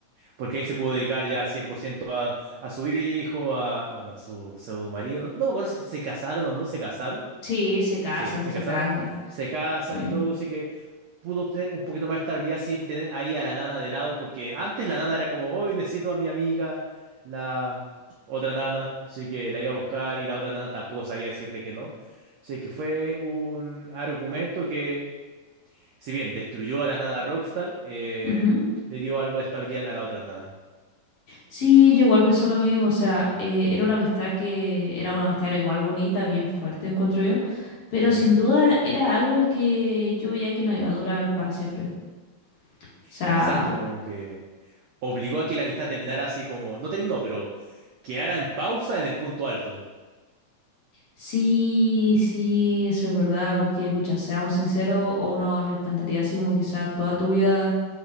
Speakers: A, on the right; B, on the left.
A: Porque ahí se pudo dedicar ya al 100% a, a su hijo, a, bueno, a su pseudo marido. No, no me acuerdo si se casaron o no se casaron.
B: Sí, se casan,
A: Sí, se
B: se
A: casaron.
B: casan.
A: Se casan
B: Sí,
A: y todo, así que pudo obtener un poquito más de estabilidad sin tener ahí a la nana de lado, porque antes la nana era como, hoy necesito a mi amiga, la otra nana, así que la iba a buscar y la otra nana tampoco sabía decirle que no. Así que fue un argumento que si bien destruyó a la nana Rockstar, eh,
B: Ujú.
A: le dio algo de estabilidad a la otra nana.
B: Sí, yo igual pienso lo mismo, o sea, eh, era una amistad que era una amistad era igual bonita, bien fuerte, encuentro yo, pero
A: Ujú.
B: sin duda era algo que yo veía que no iba a durar para siempre. O sea,
A: Exacto, como que obligó a que la amistad terminara así como, no terminó, pero quedara en pausa en el punto alto.
B: sí, sí, eso es verdad, porque, pucha, seamos sinceros, a uno le encantaría así como quizá toda tu vida